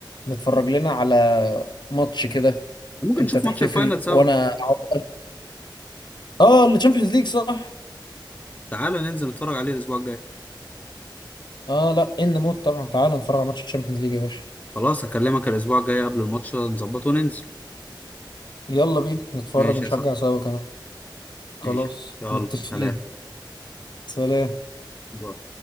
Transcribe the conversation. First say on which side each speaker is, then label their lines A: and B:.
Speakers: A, on the left; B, on the left.
A: نتفرج لنا على ماتش كده
B: ممكن
A: انت
B: نشوف
A: تحتفل
B: ماتش الفاينل سوا
A: وانا اقعد اه التشامبيونز ليج صح
B: تعالى ننزل نتفرج عليه الأسبوع الجاي
A: اه لا ان موت طبعا تعال نتفرج على ماتش الشامبيونز ليج يا باشا
B: خلاص هكلمك الأسبوع الجاي قبل الماتش نظبطه وننزل
A: يلا بينا نتفرج
B: ماشي
A: ونشجع
B: يا صاحبي
A: سوا كمان خلاص
B: ماشي يلا
A: متفقين
B: سلام
A: سلام
B: باي.